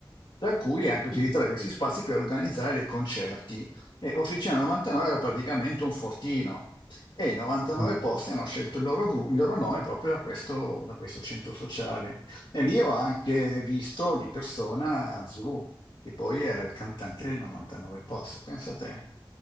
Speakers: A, on the left (about 65°); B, on the left (about 45°).
A: tra cui anche utilizzare
B: Mm.
A: questi spazi per organizzare dei concerti. E Officina 99 era praticamente un fortino e i 99
B: Mm.
A: posti hanno scelto il loro, gru- il loro nome proprio da questo, da questo centro sociale. E lì ho anche visto di persona Zulu che poi era il cantante
B: mm.
A: di 99 Posse, pensa te.